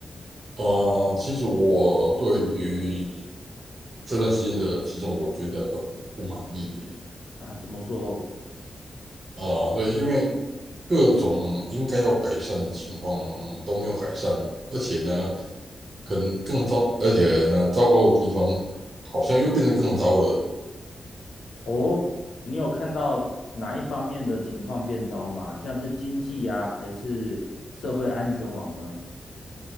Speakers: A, on the right; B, on the left.
A: 呃，其实我对于这段时间的体重，我觉得很不满意耶。
B: 啊？怎么说？
A: 啊、对，因为各种应该要改善的情况都没有改善，而且呢，很更糟，而且呢，糟糕的地方好像又变得更糟了。
B: 哦，你有看到哪一方面的情况变糟吗？像是经济啊，还是社会安全网呢？